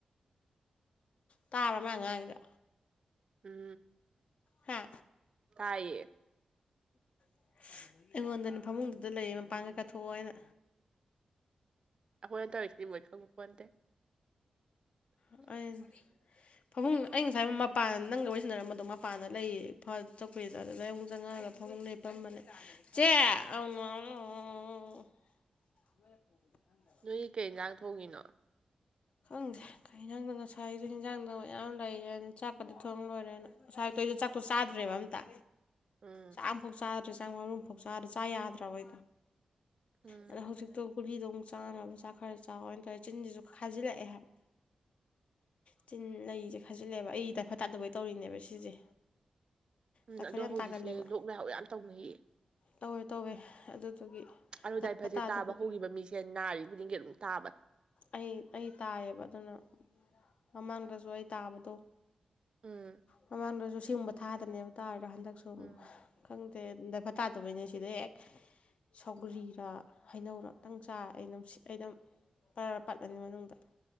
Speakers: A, on the left; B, on the right.
A: ꯇꯥꯕ꯭ꯔꯥ ꯃꯥ ꯉꯥꯡꯉꯤꯗꯣ
B: ꯎꯝ
A: ꯍꯥ
B: ꯍꯥꯏꯌꯦ
A: <unintelligible> ꯑꯩꯉꯣꯟꯗꯅꯦ ꯐꯃꯨꯡꯗꯨꯗ ꯂꯩꯌꯦ ꯃꯄꯥꯟꯒ ꯀꯠꯊꯣꯛꯑꯣ ꯍꯥꯏꯅ
B: ꯑꯩꯈꯣꯏꯅ ꯇꯧꯔꯤꯁꯤꯗꯤ ꯂꯣꯏ ꯈꯪꯕ ꯄꯣꯟꯇꯦ
A: ꯎ ꯑꯣꯏ <inaudible> ꯐꯃꯨꯡ ꯑꯩ ꯉꯁꯥꯏ ꯃꯄꯥꯟ ꯅꯪꯒ ꯂꯣꯏꯁꯤꯟꯅꯔꯝꯕꯗꯣ ꯃꯄꯥꯟꯗ ꯂꯩꯌꯦ <unintelligible> ꯆꯠꯀꯨꯔꯤꯗ ꯑꯗꯩ ꯑꯃꯨꯛ ꯆꯪꯉꯛꯑꯒ ꯐꯃꯨꯡ ꯂꯩ ꯊꯝꯕꯅꯦ ꯆꯦ ꯑꯅ ꯑ <inaudible> ꯃꯔꯒꯦ <unintelligible>
B: ꯅꯣꯏꯒꯤ ꯀꯩ ꯏꯟꯖꯥꯡ ꯊꯣꯡꯉꯤꯅꯣ
A: ꯈꯪꯗꯦꯖꯥꯡꯗꯣ <unintelligible> ꯉꯁꯥꯏꯁꯨ ꯍꯤꯟꯖꯥꯡꯗꯣ ꯃꯌꯥꯝ ꯂꯩꯌꯦ ꯑꯅ ꯆꯥꯛꯀꯗꯤ ꯊꯣꯡ ꯂꯣꯏꯔꯦꯅ ꯉꯁꯥꯏ ꯑꯌꯨꯛꯇꯨ ꯆꯥꯛꯇꯣ ꯆꯥꯗ꯭ꯔꯦꯕ ꯑꯝꯇ
B: ꯎꯝ
A: ꯆꯥꯛꯐꯥꯎ ꯆꯥꯗ꯭ꯔꯦ ꯆꯥꯛ ꯃꯔꯨꯝꯐꯥꯎ ꯆꯥꯗ꯭ꯔꯦ ꯆꯥ ꯌꯥꯗ꯭ꯔꯦ ꯇꯧꯋꯦ
B: ꯎꯝ
A: ꯑꯗꯣ ꯍꯧꯖꯤꯛꯇꯣ ꯒꯨꯂꯤꯗꯣ ꯑꯃꯨꯛ ꯆꯥꯅꯕ ꯃꯆꯥ ꯈꯔ ꯆꯥꯎꯋꯦ ꯍꯥꯏꯇꯥꯔꯦ ꯆꯤꯟꯁꯤꯁꯨ ꯐꯖꯤꯛ ꯂꯛꯑ ꯍꯥꯏꯕ ꯆꯤꯟ ꯂꯩꯁꯦ ꯈꯥꯖꯤꯜꯂꯦꯕ ꯑꯩ ꯇꯥꯏꯐꯠ ꯇꯥꯗꯧꯕꯩ ꯇꯧꯔꯤꯅꯦꯕ ꯁꯤꯁꯦ
B: ꯎꯝ
A: ꯗꯥꯏꯐꯔ
B: ꯑꯗꯣ
A: ꯌꯥꯝ
B: ꯍꯧꯖꯤꯛꯁꯦ
A: ꯇꯥꯒꯜꯂꯦꯕ
B: ꯂꯣꯛ ꯂꯥꯏꯍꯥꯎ ꯌꯥꯝ ꯇꯧꯅꯩꯌꯦ
A: ꯇꯧꯋꯦ ꯇꯧꯋꯦ ꯑꯗꯨꯗꯨꯒꯤ
B: ꯑꯗꯨ
A: ꯗꯥꯏꯐꯔ
B: ꯗꯥꯏꯐꯠꯁꯦ
A: ꯇꯥꯗꯕꯒꯤ
B: ꯇꯥꯕ ꯍꯧꯈꯤꯕ ꯃꯤꯁꯦ ꯅꯥꯔꯤ ꯈꯨꯗꯤꯡꯒꯤ ꯑꯗꯨꯝ ꯇꯥꯕ
A: ꯑꯩ ꯑꯩ ꯇꯥꯏꯌꯦꯕ ꯑꯗꯨꯅ ꯃꯃꯥꯡꯗꯁꯨ ꯑꯩ ꯇꯥꯕꯗꯣ
B: ꯎꯝ
A: ꯃꯃꯥꯡꯗꯁꯨ ꯁꯤꯒꯨꯝꯕ ꯊꯥꯗꯅꯦꯕ ꯇꯥꯔꯤꯗꯣ ꯍꯟꯗꯛꯁꯨ ꯑꯃꯨꯛ
B: ꯎꯝ
A: ꯈꯪꯗꯦ ꯗꯥꯏꯐꯠ ꯇꯥꯗꯕꯩꯅꯦ ꯁꯤꯗ ꯍꯦꯛ ꯁꯧꯒ꯭ꯔꯤꯔ ꯍꯩꯅꯧꯔ ꯑꯝꯇꯪ ꯆꯥꯏ ꯑꯩ ꯑꯗꯨꯝ ꯁꯤ ꯑꯩ ꯑꯗꯨꯝ ꯕꯔ ꯕꯔ ꯄꯠꯂꯅꯤ ꯃꯅꯨꯡꯗ